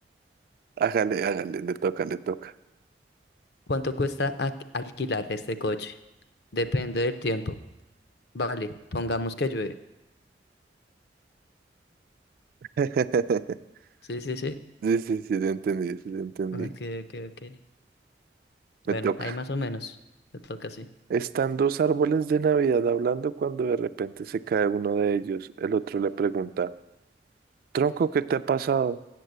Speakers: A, on the right; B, on the left.
A: Hágale, hágale, le toca, le toca.
B: ¿Cuánto cuesta a- alquilar este coche? Depende del tiempo. Vale, pongamos que llueve.
A: <laughs>
B: Sí, sí, sí.
A: Sí, sí, sí, te entendí, sí, te entendí.
B: Ah, Ok, ok, ok. Bueno,
A: Me toca.
B: ahí más o menos. Te toca así.
A: Están dos árboles de Navidad hablando cuando de repente se cae uno de ellos. El otro le pregunta, Tronco, ¿qué te ha pasado?